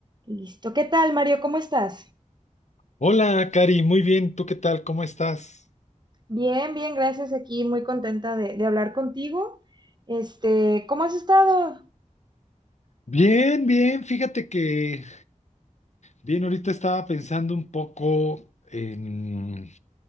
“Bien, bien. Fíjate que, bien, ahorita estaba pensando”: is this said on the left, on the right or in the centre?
Left